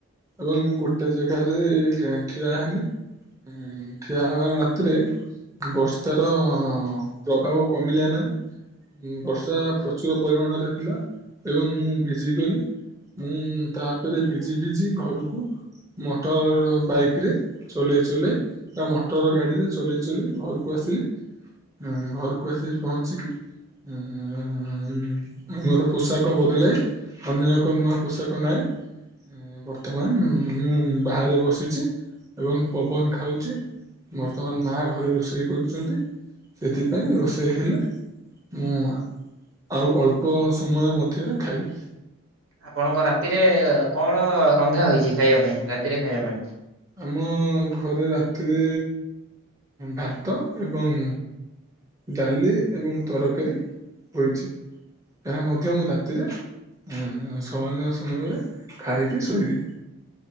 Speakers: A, on the right; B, on the right.
A: ଏବଂ ମୁଁ ଗୋଟେ ଜାଗାରେ ଟ୍ରେନ୍ ଠିଆ ହେଲି ହୁଁ ଠିଆ ହେବା ମାତ୍ରେ ବର୍ଷା ର ପ୍ରଭାବ କମିଲା ନାହିଁ। ବର୍ଷା ପ୍ରଚୁର ପରିମାଣରେ ହେଲା ଏବଂ ମୁଁ ଭିଜିଗଲି। ମୁଁ ତାପରେ ଭିଜି ଭିଜି ଘରକୁ ମଟର ବାଇକ୍ ରେ ଚଲେଇ ଚଲେଇ ବା ମଟର ଗାଡିରେ ଚଲେଇ ଚଲେଇ ଘରକୁ ଆସିଲି। ହଁ ଘରକୁ ଆସିିକି ପହଞ୍ଚିକି ହୁଁ ହୁଁ ହୁଁ ମୋର ପୋଷାକ ବଦଳେଇ ଅନ୍ୟ ଏକ ନୂଆ ପୋଷାକ ନାଇଁ ବର୍ତ୍ତମାନ ମୁଁ ବାହାରେ ବସିଚି। ଏବଂ ପବନ ଖାଉଚି ବର୍ତ୍ତମାନ ମା ଘରେ ରୋଷେଇ କରୁଚନ୍ତି। ସେଥିପାଇଁ ରୋଷେଇ ହେଲେ ମୁଁ ଆଉ ଅଳ୍ପ ସମୟ ମଧ୍ୟରେ ଖାଇବି।
B: ଆପଣଙ୍କ ରାତିରେ କଣ ରନ୍ଧା ହୋଇଚି ଖାଇବା ପାଇଁ ରାତିରେ ଖାଇବା ପାଇଁ?
A: ଆମ ଘରେ ରାତିରେ ଭାତ ଏବଂ ଡାଲି ଏବଂ ତରକାରୀ ହୋଇଛି। ଏହା ମଧ୍ୟ ମୁଁ ରାତିରେ ଅଁ ଶୟନ ସମୟରେ ଖାଇକି ଶୋଇବି।